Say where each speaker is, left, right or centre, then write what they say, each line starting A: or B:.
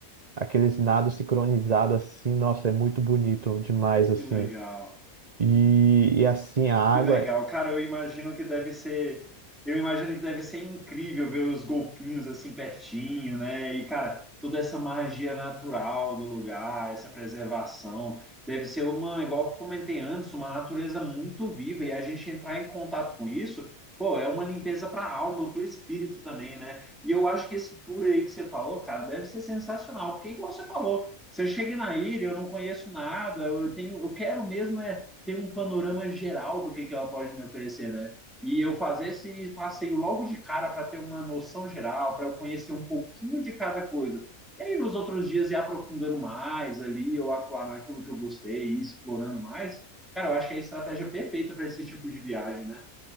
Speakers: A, on the right; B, in the centre.
A: aqueles nados sincronizados, assim. Nossa, é muito bonito demais, assim.
B: Que legal.
A: E, e assim, a água,
B: Que legal. Cara, eu imagino que deve ser. Eu imagino que deve ser incrível ver os golfinhos assim pertinho, né? E, cara, toda essa magia natural do lugar, essa preservação. Deve ser uma, igual eu comentei antes, uma natureza muito viva. E a gente entrar em contato com isso, pô, é uma limpeza para a alma, para o espírito também, né? E eu acho que esse tour aí que você falou, cara, deve ser sensacional. Porque, igual você falou, se eu cheguei na ilha, eu não conheço nada, eu tenho, eu quero mesmo é ter um panorama geral do que, que ela pode me oferecer, né? E eu fazer esse passeio logo de cara para ter uma noção geral, para eu conhecer um pouquinho de cada coisa. E aí, nos outros dias, ir aprofundando mais ali, eu aclarar aquilo que eu gostei, ir explorando mais. Cara, eu acho que é a estratégia perfeita para esse tipo de viagem, né?